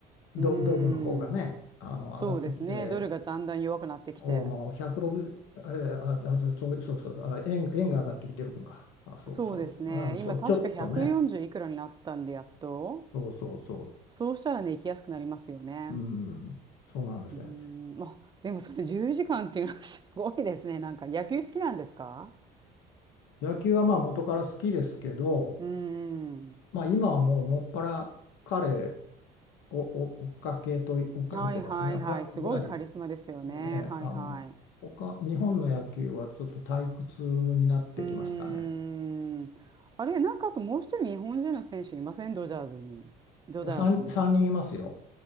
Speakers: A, on the left; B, on the right.
A: ド、
B: うん。
A: ドルの方がね、あの上がってきて、
B: そうですね。ドルがだんだん弱くなってきて。
A: おもう160、えーあ、あそうそうそうそう、あ、円、円が上がってきてるんか。あ、そうそうそう、
B: そうですね。
A: あ、そう、
B: 今、確か140いくらになったんで、
A: ちょっとね、
B: やっと。
A: そうそうそ
B: そうしたらね、行きやすくなりますよね。
A: う、うん、そうなんですね。
B: うーん。まあ、でもそれ10時間っていうのは <laughs> すごいですね。なんか、野球好きなんですか
A: 野球はまあ元から好きですけど、
B: うーん。
A: まあ今はもうもっぱら彼をお追っかけと、追っかけてますね。
B: はいはいはい。
A: 彼ぐらい、
B: すごいカリスマですよね。
A: もうね、
B: はいはい。
A: あの、他、日本の野球はちょっと退屈になってきましたね。
B: うーん。あれ、なんかあともう一人日本人の選手いませんドジャーズに。ドジャースに。
A: 3、三人いますよ。